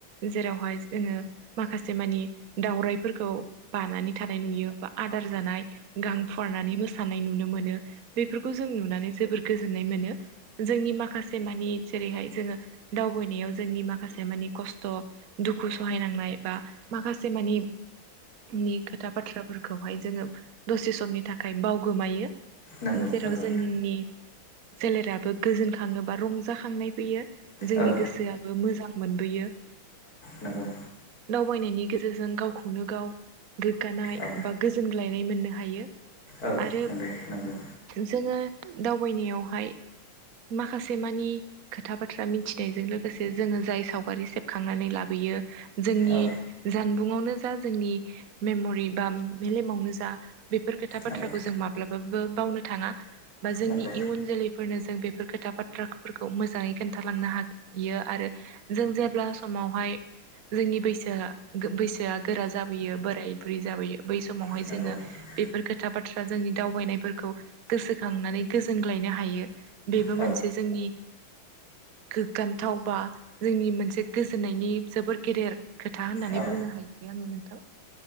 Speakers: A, on the right; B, on the left.
A: जेरावहाय जोङो माखासे मानि दावराइफोरखौ बानानै थानाय नुयो बा आदार जानाय गां फुवार नानै मोनाय नुनो मोनो बेफोरखौ जों नुनानै जोबोर गोजोननाय मोनो जोंनि माखासे मानि जेरैहाय जोङो दावबायनायाव जोंनि माखासे मानि खस्थ' दुखु सहायनांनाय बा माखासे मानि नि खोथा बाथ्राफोरखौहाय जोङो दसे समनि थाखाय बावगोमायो
B: नंगौ
A: जेराव
B: नंगौ
A: जोंनि सोलेराबो गोजोनखाङो बा रंजाखांनाय फैयो जोंनि
B: औ
A: गोसोआबो मोजां मोनबोयो। <inaudible>
B: नोंगौ
A: फरायनायनि गेजेरजों गावखौनो गाव गोग्गानाय
B: औ
A: बा गोजोनग्लायनाय मोननो हायो
B: औ
A: आरो
B: नंगौ नंगौ
A: जोङो दावबायनायावहाय माखासे मानि खोथा बाथ्रा मिथिनायजों लोगोसे जोङो जाय सावगारि सेबखांनानै लाबोयो जोंनि
B: औ
A: जानबुंआवनो जा जोंनि मेम'रि बा मेलेमावनो जा बेफोर खोथा बाथ्राखौ
B: नंगौ
A: जों माब्लाबाबो बावनो थाङा बा जोंनि
B: नंगौ
A: इयुन जोलैफोरनो जों बेफोर खोथा खोथा बाथ्राफोरखौ मोजाङै खोन्थालांनो हायो आरो जों जेब्ला समावहाय जोंनि बैसोआ बैसोआ गोरा जाबोयो बोराय बुरै जाबोयो बै समावहाय
B: नंगौ
A: जोङो
B: औ नंगौ
A: बेफोर खोथा बाथ्रा जोंनि दावबायनायफोरखौ गोसोखांनानै गोजोनग्लाय नो हायो बेबो
B: औ नंगौ औ गोग्गाथावबा जोंनि गोजोननायनि जोबोद
A: मोनसे जोंनि गोग्गा थाव बा जोंनि मोनसे गोजोननायनि जोबद गेदेर खोथा होननानै
B: औ
A: बुंनो हायो आङो नोंथां